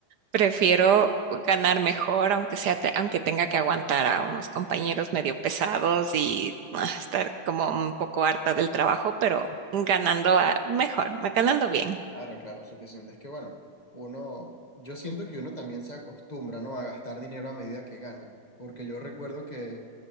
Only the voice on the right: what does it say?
prefiero ganar mejor, aunque sea, te- aunque tenga que aguantar a unos compañeros medio pesados y ah, estar como un poco harta del trabajo, pero ganando ah, mejor, ganando bien.